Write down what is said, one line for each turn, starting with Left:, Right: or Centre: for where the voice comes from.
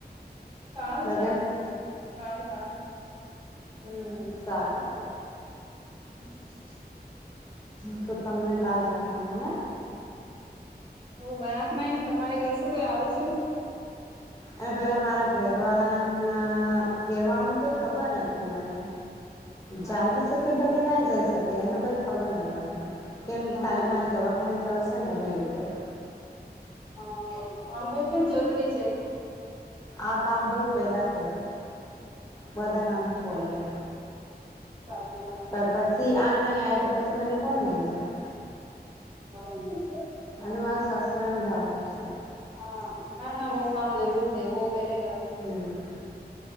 Right: કાલ
Left: લગ્ન
Right: છે. હાલ કાલ હમ.
Left: સારું
Right: હમ.
Left: તો તમને કાલ જવાનું ને?
Right: હ હ બારાતમાં આવી ને તમારે ઘર શું કોઈ આવે છું.
Left: અને પેલા મારા ઘર વાળાના ઘેર વાળાને કઈ ખબર નથી. મને
Right: હા
Left: જાય બી સકે ભલેના જાયકે. એનો કઈ ખબર નહીં મને કેમ
Right: હા
Left: કાલે મારે દવાખાને જાવ. સનેવન દ તો.
Right: હ હા બહ પણ જરૂરી છે.
Left: આ કામ બવ પેલા છે બધા કામ છોડીને.
Right: સાચી વાત
Left: પર
Right: છે
Left: પછી આ નહી આવે તો પછી મને કોણ લઈને જાય.
Right: હ.
Left: અને મારે સસરા ને જવાનું સે.
Right: હા ના ના વો ફારમ જરૂર છે વો પેલે કરો છે.
Left: હમ